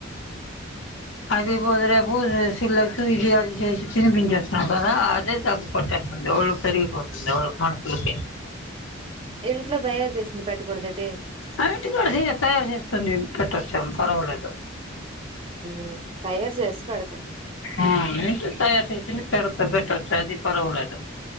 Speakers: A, on the left (about 70°); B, on the right (about 30°).
A: అది ఇ <unintelligible> చేస్తాం కదా అదే తగ్గిపోతద్ ఒళ్ళు పెరిగిపోతుందిళ్ళు ఎవలక్ మనుసులకి
B: ఇంట్లో దయారు చేసింది పెట్టకూడదెంటి
A: అన్నిటి కూడా తయారు చేసుకుంది పెట్టొచ్చు పర్వలేదు
B: మ్ తయారు చేసి పెడుతాం
A: ఆ తయారు చేసి పెడుత్ పెట్టోచ్చు అది పర్వలేదు